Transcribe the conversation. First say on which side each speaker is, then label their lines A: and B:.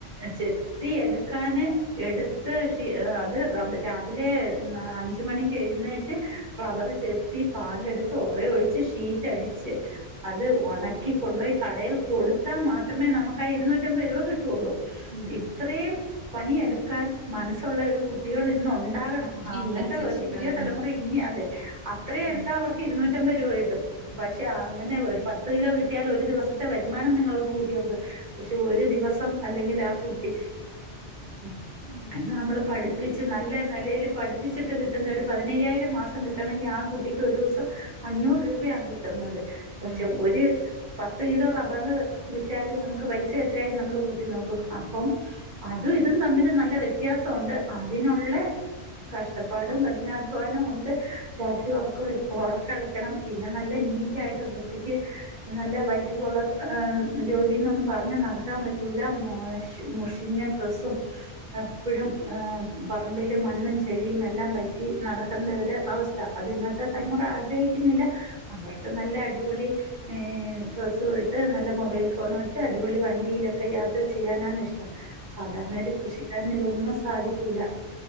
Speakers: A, on the right (about 40°); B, on the right (about 60°).
A: ചെത്തി എടുക്കാന് എടുത്ത് ഷീ അത് രാവിലെ അഞ്ച് മണിക്ക് എഴുന്നേറ്റ് റബ്ബർ ചെത്തി പാലെടുത്ത് ഒറെ ഒഴിച്ച് ഷീറ്റ് അടിച്ച് അത് ഒണക്കി കൊണ്ടോയി കടയിൽ കൊടുത്താ മാ ത്രമേ നമക്ക് ആ ഇരുന്നൂറ്റമ്പത് രൂപ കിട്ടുള്ളൂ.
B: ഉം
A: ഇ ത്രേം പണിയെടുക്കാൻ മനസ്സുള്ള ഒരു കുട്ടികൾ ഇന്നുണ്ടാകണം. ആ
B: ഇല്ല
A: അങ്ങൻത്തെ
B: തീർച്ചയായിട്ടും
A: ഒരു പുതിയ തലമുറ
B: ഉം
A: ഇനി അതെ അത്രയും
B: ഉം
A: എടുത്ത അവർക്ക് ഇരുന്നൂറ്റമ്പത് രൂപ കിട്ടും. പക്ഷെ അങ്ങനെ ഒരു പത്ത് കിലോ കിട്ടിയാൽ ഒരു ദിവസത്തെ വരുമാനം നിങ്ങളൊന്ന് കൂ ട്ടിയോക്ക് പക്ഷെ ഒരു ദിവസം അല്ലെങ്കിൽ ആ കുട്ടി ഉം
B: ഉം
A: ഇന്ന് നമ്മൾ പഠിപ്പിച്ച് നല്ല നിലയിൽ പഠിപ്പിച്ചിട്ട് കിട്ടുന്ന ഒരു പതിനയ്യായിരം മാസം കിട്ടണങ്കി ആ കുട്ടിക്ക് ഒരൂസം അഞ്ഞൂറ് രൂപയാണ് കിട്ടുന്നത് പക്ഷെ
B: ഉം
A: ഒരു പത്ത് കിലോ റബ്ബറ് വിറ്റാല് നമുക്ക് പൈസ എത്രയി നമ്മള് കൂട്ടി നോക്കൂ അപ്പം അതും ഇതും തമ്മില് നല്ല വ്യത്യാസവൊണ്ട് അതിനുള്ള കഷ്ടപ്പാടും
B: ആഹ്
A: കഠിനാ വാനം ഉണ്ട് രാത്രി ഉറക്കള ഉറക്കളക്കണം പിന്നെ നല്ല നീറ്റായിട്ട് വൃത്തിക്ക് നല്ല വൈറ്റ് കൊളർ ജോലിന്നൊന്നും പറഞ്ഞ് നടക്കാൻ പറ്റൂല മൊ മുഷിഞ്ഞ ഡ്രസ്സും എപ്പഴും ഏ പറമ്പിലും മണ്ണും ചെളിയും എല്ലാം പറ്റി നടക്കണ്ട ഒരു അവസ് ഥ അത് ഇന്നത്തെ തലമുറ
B: ഉം
A: ആഗ്രഹി ക്കുന്നില്ല അവർക്ക് നല്ല അടിപൊളി ഈ ഡ്രസും ഇട്ട് നല്ല മൊബൈൽ ഫോണും എടുത്ത് അടിപൊളി വണ്ടിയിലൊക്കെ യാത്ര ചെയ്യാനാണ് ഇഷ്ടം സാധാരണ ഒരു കൃഷിക്കാരന് ഇതൊന്നും സാധിക്കൂല